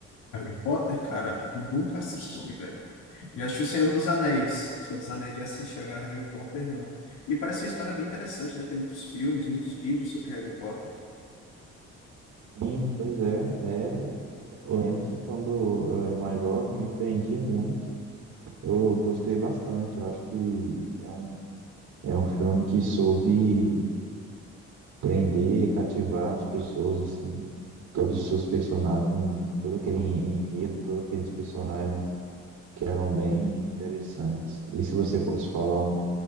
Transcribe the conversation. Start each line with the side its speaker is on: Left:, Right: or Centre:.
Left: Harry Potter, cara, eu nunca assisti, velho. Já assisti O Senhor dos Anéis. O Senhor dos Anéis já assisti, agora Harry Potter não. E parece uma história bem interessante, né? Tem muitos filmes, muitos livros sobre Harry Potter.
Right: Sim, pois é, é. Eu lembro que quando eu era mais jovem me prendia muito. Eu gostei bastante. Eu acho que é um, é um filme que soube prender, cativar as pessoas assim, todos os seus personagens, com todo aquele enredo, todos aqueles personagens que eram bem interessantes. E se você fosse falar um